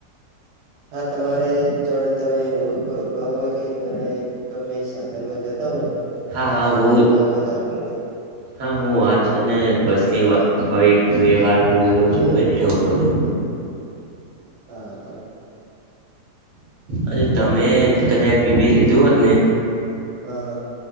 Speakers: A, on the right; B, on the right.
A: હા તમારે જોણ તમે રોડ ઉપર ઊભા હોય કે જણે ગમે એ સાધનમાં જતા હોય,
B: હા
A: વાહનમાં
B: હા હું
A: એવો અવાજ આવે હોય છે.
B: હા હું હાલ છે ને બસની ભ વે વાત દોરો છો એટલે ઉવકો છો.
A: હા હા
B: અ તમે કદાચ બીબી એ લીધું હોત ને.
A: હા હા.